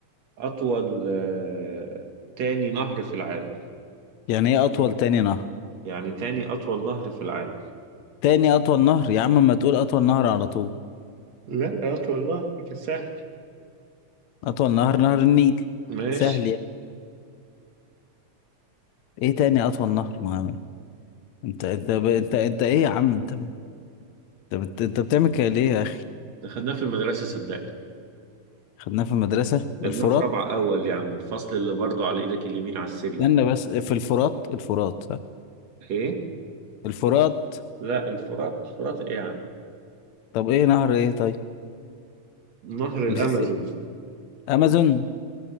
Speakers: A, on the right; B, on the left.
A: أطول آه، تاني نهر في العالم
B: يعني ايه اطول تاني نهر
A: يعني تاني أطول نهر في العالم
B: تاني اطول نهر يا عم ما تقول اطول نهر على طول
A: لا يا اخي والله لكن سهل
B: اطول نهر نهر النيل
A: ماشي
B: سهل يعني ايه تاني اطول نهر معانا انت انت ب... انت انت ايه يا عم انت انت بت... انت بتعمل كده ليه يا اخي
A: ده خدناه في المدرسة صدقني
B: خدناه في المدرسة
A: خدناه
B: الفرات
A: في رابعة أول يا عم الفصل اللي برضو على إيدك اليمين على السلم
B: استنى بس في الفرات الفرات صح
A: إيه؟
B: الفرات
A: لا الفرات الفرات إيه يا عم؟
B: طب ايه نهر ايه طيب
A: نهر الأمازون
B: ميسيسيبي امازون